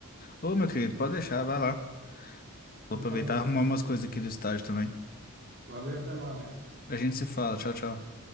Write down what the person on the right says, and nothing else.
Valeu,
valeu, até mais.